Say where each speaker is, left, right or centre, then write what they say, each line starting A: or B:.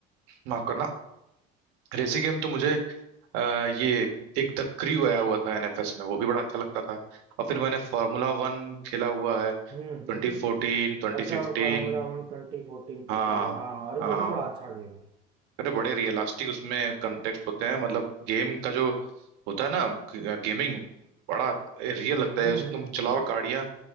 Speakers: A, on the right; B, on the right.
A: माफ करना रेसी गेम तो मुझे अ, ये एक द क्रू आया हुआ था एनएफएस में वो भी बड़ा अच्छा लगता था और फिर मैंने फार्मूला वन खेला हुआ है
B: हम्म
A: ट्वेंटी
B: हम्म
A: फोर्टीन ट्वेंटी
B: अच्छा
A: फिफ्टीन
B: वो Formula One twenty fourteen fifteen
A: हाँ
B: हाँ हाँ, अरे
A: हाँ
B: वो भी बड़ा अच्छा गेम है
A: अरे बड़े रियलिस्टिक उसमें कंटेक्स्ट होते हैं मतलब गेम का जो होता है ना गेमिंग बड़ा रियल लगता
B: हम्म
A: है उसमें
B: हम्म
A: तुम
B: हम्म
A: चलाओ गाड़ियाँ